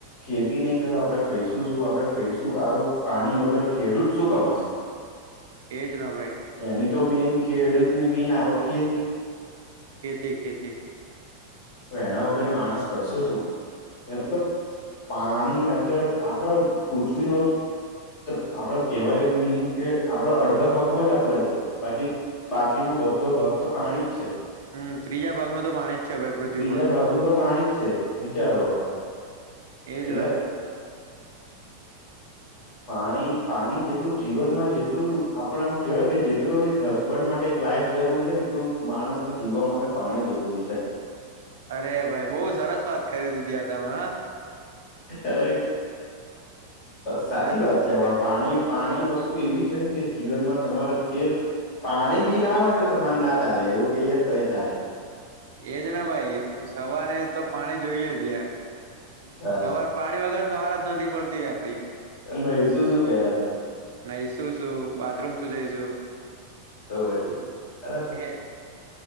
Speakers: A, on the left (about 40°); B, on the right (about 60°).
A: ખેતી નહી થાય તો આપડણે ખાઈશું શું આપડણે ખાઈશું આ પાણી વગર ખેડૂત શું કમાશે
B: એજ ના ભાઈ
A: એની તો મેન ખેડૂત ની મેન આવક ખેતી
B: ખેતે ખેતે
A: હ એના વગર માણસ કરશેો શું પેલા તો પાણી અત્યારે આપણા પૃથ્વીનો જ આપડે કેહેવાય મિનિંગ કે આપડ અડધા ભાગમાં જ ડે છે બાકી બાકીનો બધો ભાગ તો પાણી જ છે
B: હમ ત્રીજા ભાગનું તો પાણી જ છે ભાઈ પૃથ્વી
A: ત્રીજા
B: પર
A: ભાગનું તો પાણી જ છે વિચારો હવે
B: એજના
A: એટલે પાણી પાણી જેટલું જીવનમાં જેટલું આપણે આમ કેવાય ને કે જેટલું હબ માટે એક વાઈફ જરૂરી છે ને એટલું માણસ ના જીવન માટે પાણી જરૂરી છે
B: અરે ભાઈ બહુ સરસ વાત કરી દીધી યાર તમે
A: અરે સાચી
B: હા
A: વાત છે પણ પાણી પાણી વસ્તુ એવી છે ને કે જીવનમાં તમારે એ પાણી બી ના હોય તો તો મન ના ચાલે એવું કઈ જ તોય ચાલે
B: એજ ના ભાઈ સવારે તો પાણી જોઈએ જ યાર
A: તારે
B: સવાર પાણી વગર સવાર જ નથી પડતી આપડી
A: નહી શું શું પેલા તો
B: નહી શું શું બાથરૂમ શું જઈશું
A: તો પછી અરે
B: હે